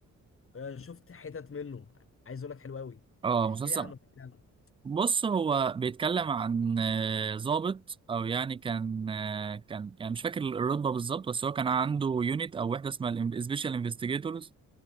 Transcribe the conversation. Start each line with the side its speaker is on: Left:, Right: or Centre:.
Left: آه، شفت حتت منه عايز اقول لك حلو قوي
Right: اه
Left: احكي
Right: مسلسل
Left: لي عنه احكي لي عنه
Right: بص هو بيتكلم عن آه، ضابط او يعني كان آه، كان يعني مش فاكر الرتبه بالظبط بس هو كان عنده يونت او وحده اسمها سبيشال انفستيجيتورز